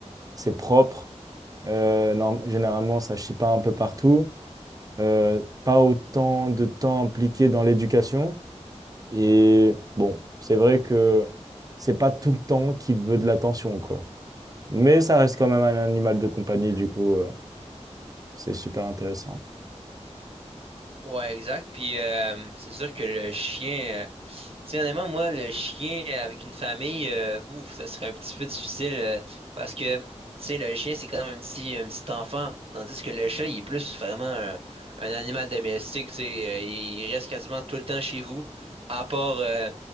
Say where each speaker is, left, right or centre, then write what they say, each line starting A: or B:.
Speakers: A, on the right; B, on the right.
A: c'est propre. Euh, norm- généralement, ça chie pas un peu partout. Euh, pas autant de temps impliqué dans l'éducation. Et bon, c'est vrai que c'est pas tout le temps qu'il veut de l'attention, quoi. Mais ça reste quand même un animal de compagnie, du coup, euh, c'est super intéressant.
B: Ouais, exact. Puis euh, c'est sûr que le chien, euh, tu sais, honnêtement, moi, le chien avec une famille, euh, ouf, ça serait un petit peu difficile euh, parce que, tu sais, le chien, c'est quand même un petit, un petit enfant, tandis que le chat, il est plus vraiment un, un animal domestique, tu sais, euh, il reste quasiment tout le temps chez vous, à part euh,